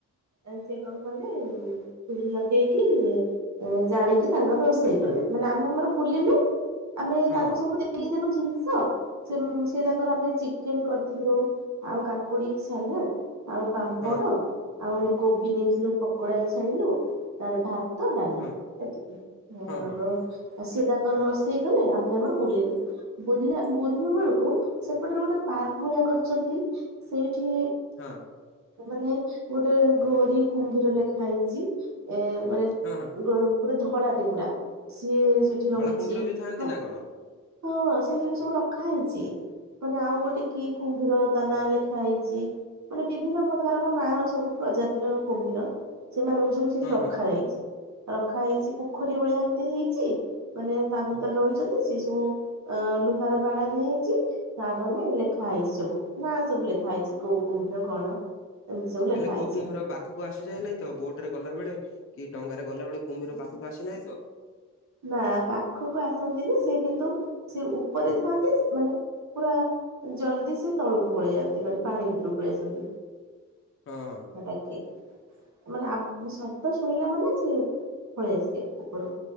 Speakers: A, on the right; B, on the left.
A: ଆ ସେ କଣ କଲେ। ଚୁଲି ଲଗେଇକି ଜାଳିକି ତାଙ୍କର ରୋଷେଇ କଲେ ମାନେ ଆମେ ଆମର ବୁଲିଲୁ। ଆମେ
B: ହଁ
A: ତାଙ୍କୁ ସବୁ ଦେଇଦେଲୁ ଜିନିଷ ସେ ତାଙ୍କର ଆମେ ଚିକେନ କରିଥିଲୁ। ଆଉ କାକୁଡି ସାଲାଡ଼ ଆଉ ପାମ୍ପଡ଼।
B: ହଁ
A: ଆଉ ଗୋଟେ କୋବି ନେଇଥିଲୁ ପକୋଡା ଛାଣିଲୁ। ତାର ଭାତ ଡାଲି
B: ହଁ
A: ଏତିକି ମୋ
B: ହଁ ହଁ ହଁ
A: ଆଗ? ଅସି ତାଙ୍କର ରୋଷେଇ କଲେ ଆମେ ଆମର ବୁଲିଲୁ ବୁ ବୁଲିଲୁ ବେଳକୁ? ସେପଟରେ ଗୋଟେ ପାର୍କ ଭଳିଆ କରିଛନ୍ତି ସେଇଠି?
B: ହଁ।
A: ମାନେ ଗୋଟେ ଗୌରୀ କୁମ୍ଭୀର ଲେଖା ହେଇଛି ଏ ମାନେ?
B: ହୁଁ ହୁଁ।
A: ଗୋଟେ ଧଳାଟେ ପୁରା ସିଏ ସେଠି
B: ଧଳା
A: ରହିଛି
B: କୁମ୍ଭୀର ବି ଥାଆନ୍ତି
A: ହ?
B: ନା କଣ
A: ହଁ ସେ ଜିନିଷ ସବୁ ରଖା ହେଇଛି। ମାନେ ଆଉ ଗୋଟେ କି କୁମ୍ଭୀର ତା ନାଁ ଲେଖା ହେଇଛି ମାନେ ବିଭିନ୍ନ ପ୍ରକାରର ନାଁ? ସବୁ ପ୍ରଜାତିର କୁମ୍ଭୀର ସେମାନଙ୍କୁ ସବୁ ସେଠି
B: ହଁ
A: ରଖାାଯାଇଛି।
B: ହଁ
A: ରଖା ହେଇଛି ପୋଖରୀ ଭଳିଆ ଏମିତି ହେଇଛି ମାନେ ତା ଭିତରେ
B: ହୁଁ।
A: ରହିଛନ୍ତି ସେ ସବୁ? ଅ ଲୁହାର ର ବାଡା ଦିଆ ହେଇଛି। ତାପରେ ଲେଖା ହେଇଛି ସବୁ ନା ସବୁ ଲେଖା ହେଇଛି କୋଉ କୋଉ କୁମ୍ଭୀର କଣ? ସବୁ ଲେଖା
B: ହେଲେ କୋଉ
A: ହେଇଛି।
B: କୁମ୍ଭୀର ପାଖକୁ କୁ ଆସସିଯାଏ ନାଇଁ ତ ବୋଟ ରେ ଗଲା ବେଳେ କି ଡଙ୍ଗାରେ ଗଲାବେଳେ କୁମ୍ଭୀର ପାଖକୁ ଆସିନାହିଁ ତ!
A: ନା ପାଖକୁ ଆସନ୍ତିନି ସେ କିନ୍ତୁ ସେ ଉପରେ ଥାଆନ୍ତି ମାନେ ପୁରା ଜଲଦି ସେ ତଳକୁ ପଳେଇ ଯାଆନ୍ତି ମାନେ ପାଣି ଭିତରକୁ ପଳେଇ ଆସନ୍ତି।
B: ହଁ ହଁ
A: ହ ରକେ <unintelligible> ମାନେ ଅପ ଶବ୍ଦ ଶୁଣିଲା ମାନେ ସିଏ ପଳେଇ ଆସିବେ ଉପରୁକୁ।